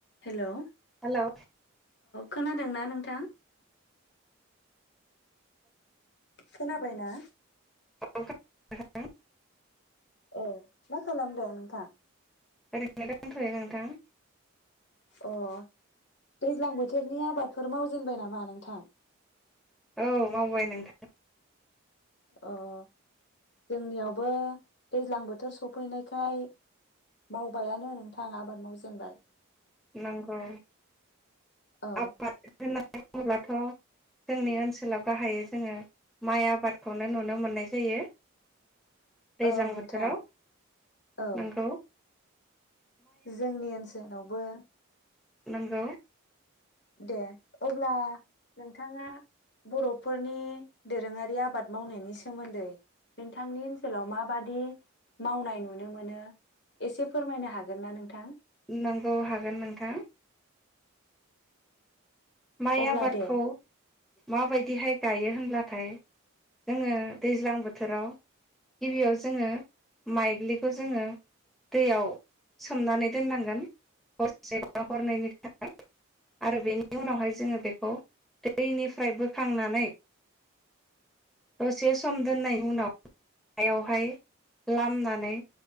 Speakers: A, on the left; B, in the centre.
A: Hello
B: hello
A: खोनादों ना नोंथां खोनाबायना
B: <unintelligible>
A: ओ मा खालामदों नोंथां
B: ओरैनो दंथ'यो नोंथां
A: अह दैज्लां बोथोरनि आबादफोर मावजेनबाय नामा नोंथां
B: औ मावबाय नोंथां
A: अह जोंनियावबो दैज्लां बोथोर सफैनायखाय मावबायानो नोंथां आबाद मावजेनबाय
B: नंगौ
A: औ
B: आबाद होननानै बुङोबाथ' जोंनि ओनसोलाव गाहायै जोङो माइ आबाद खौनो नुनो मोननाय जायो। दैज्लां
A: औ नोंथां
B: बोथोराव
A: औ।
B: नंगौ
A: जोंनि ओनसोलावबो।
B: नोंगौ।
A: दे अब्ला नोंथाङा बर'फोरनि दोरोङारि आबाद मावनायनि सोमोन्दै नोंथांनि ओनसोलाव माबादि मावनाय नुनो मोनो एसे फोरमायनो हागोन ना नोंथां?
B: नोंगौ हागोन नोंथां। माइ
A: अब्ला
B: आबादखौ
A: दे
B: माबाय बिदिहाय गायो होनब्लाथाय जोङो दैज्लां बोथोराव गिबियाव जोङो माइग्लिखौ जोङो दैयाव सोमनानै दोननांगोन हरसे बा हरनैनि थाखाय आरो बेनि उनावहाय जोङो बेखौ दैनिफ्राय बोखांनानै दसे सम दोननायनि उनाव हायावहाय लामनानै